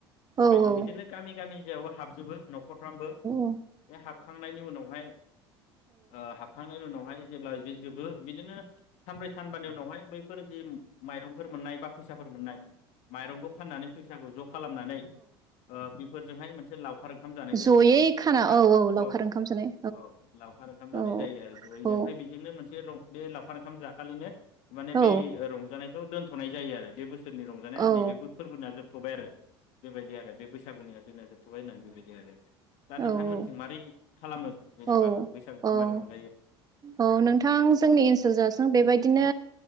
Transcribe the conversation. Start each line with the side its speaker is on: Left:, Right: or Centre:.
Left: बेबायदि
Right: औ
Left: बिदिनो गामि गामि जेरावबो हाबजोबो न'ख फ्रामबो
Right: औ
Left: बे हाबखांनायनि उनावहाय ओ हाबखांनायनि उनावहाय जेब्ला बे जोबो बिदिनो सानब्रै सानबानि उनावहाय बैफोर जि माइंफोर मोननाय बा फैसाफोर मोननाय मरंखौनानै फाननानै फै फैसाखो ज' खालामनानै ओ बिफोरजोंहाय मोनसे लावखार ओंखाम जानाय जायो
Right: जयै
Left: आरो
Right: खाना
Left: गामिआव
Right: लावखार
Left: औ
Right: ओंखाम जानाय
Left: औ लावखार ओंखाम जानाय
Right: औ
Left: जायो आरो जयैनो
Right: औ
Left: इमफाय बेजोंनो मोनसे बे लावखार ओंखाम जाखालिनो माने
Right: औ
Left: बे रंजानाय दोनथ'नाय जायो आरो बे
Right: औ
Left: ब <inaudible> थबाय आरो बेबायदि आरो बे बैसागुनि जोंना जोब थथ'बाय होननानै बेबायदि आरो
Right: औ
Left: दा नोंथांमोनथिं मारै खालामो जेनेबा
Right: औ औ
Left: बैसागुखौ
Right: औ
Left: मारै रंजायो
Right: औ नोंथां जोंनि ओनसोलजासिम
Left: उम
Right: बेबायदिनो